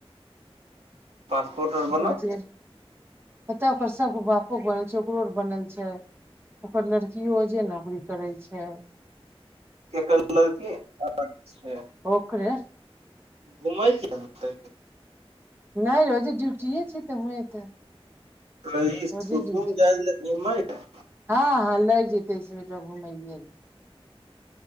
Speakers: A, on the right; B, on the right.
A: पासपोर्ट आर बनल
B: ओ छिये ओत ओकर सब बापो के बनल छैय ओकरो बनल छैय। ओकर लड़कियो ओजे नौकरी करे छैय।
A: केकर लड़की आ छै।
B: ओकरे
A: घुमैल <inaudible> -
B: नहि ओजे डूटीये छैय तऽ हुए तऽ।
A: त ई
B: ओजे
A: सुसुम
B: ड्यूटी
A: जाइया घुमेले।
B: हँ हँ लयै जेतै सँ टा घुमलै।